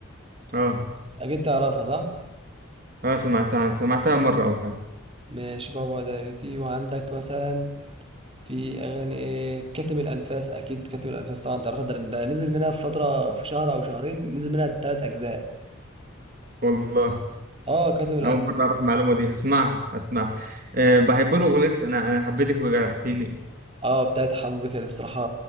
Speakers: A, on the right; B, on the right.
A: اه
B: اكيد تعرفها صح
A: اه سمعتها عن- سمعتها مره او حاجه
B: ماشي بابا دايرتي وعندك مثلا في اغاني ايه كاتم الانفاس اكيد كاتم الانفاس طبعا تعرفها ده, ده نزل منها في فتره في شهر او شهرين نزل منها ثلاث اجزاء
A: والله
B: اه كاتم الانفاس
A: اول مره اعرف المعلومه دي هسمعها هسمعها أه بحب له اغنيه انا انا حبيتك وجرحتيني
B: اه بتاعت حمو بيكا دي بصراحه